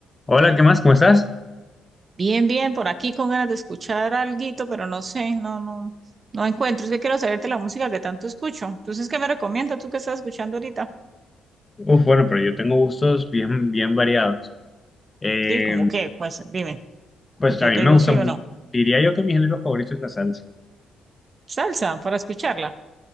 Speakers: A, on the left; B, on the right.
A: Hola, ¿qué más? ¿Cómo estás?
B: Bien, bien, por aquí con ganas de escuchar alguito, pero no sé, no, no, no encuentro. Es que quiero saberte la música que tanto escucho. Entonces, ¿qué me recomiendas tú que estás escuchando ahorita?
A: Uf, bueno, pero yo tengo gustos bien, bien variados. Eh,
B: Sí, como qué, pues dime,
A: pues
B: yo
A: a mí
B: te
A: me
B: digo
A: gusta,
B: sí
A: mu-
B: o no.
A: diría yo que mi género favorito es la salsa.
B: Salsa para escucharla.